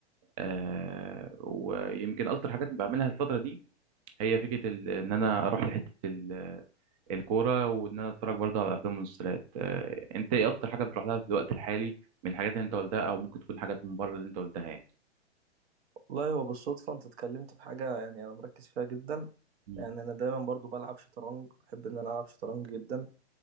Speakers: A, on the right (about 35°); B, on the right (about 65°).
A: آه، ويمكن اكتر حاجات بعملها الفتره دي هي فكره ال- ان انا اروح لحته ال- الكوره وان انا اتفرج برضه على افلام ومسلسلات آه، انت ايه اكتر حاجه بتروح لها في الوقت الحالي من الحاجات اللي انت قلتها او ممكن تكون حاجات من بره اللي انت قلتها يعني
B: والله هو بالصدفة انت اتكلمت في حاجة يعني انا مركز فيها جدا
A: مم.
B: يعني انا دايما برضو بلعب شطرنج بحب ان انا العب شطرنج جدا